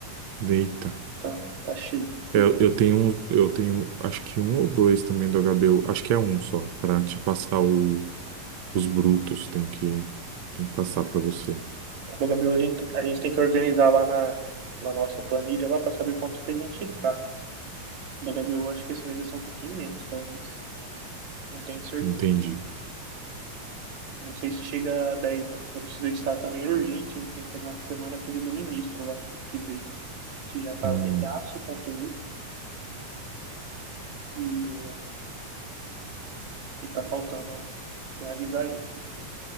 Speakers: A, on the right; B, on the right.
A: deita.
B: Tá, tá cheio. O
A: Eu, eu tenho, um- eu tenho, acho que um ou dois também do HBO. Acho que é um só, pra te passar o- os brutos. Tem que, tem que passar pra você.
B: HBU a gente, a gente tem que organizar lá na, na nossa planilha lá para saber quanto que a gente tá. Do HBU acho que esse mês vai ser um pouquinho menos, talvez. Não tenho certeza.
A: Entendi.
B: Não sei se chega a 10, não. Eu preciso editar também urgente, a gente tem que terminar essa semana aquele do ministro lá, que veio, que já tá
A: Hum.
B: velhaço o conteúdo e, e tá faltando finalizar ele.